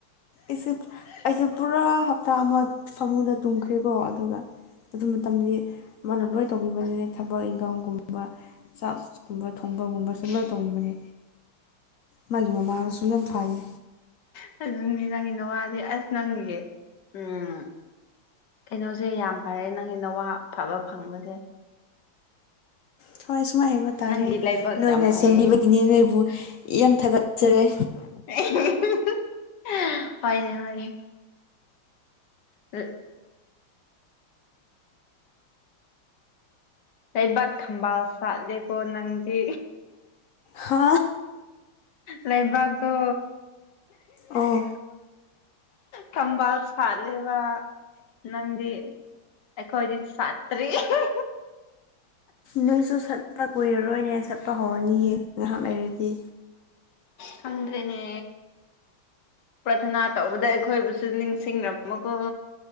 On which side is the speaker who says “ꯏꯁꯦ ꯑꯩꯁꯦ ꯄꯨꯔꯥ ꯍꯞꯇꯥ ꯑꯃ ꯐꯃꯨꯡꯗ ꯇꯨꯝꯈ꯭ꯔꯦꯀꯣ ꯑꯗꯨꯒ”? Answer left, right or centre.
Left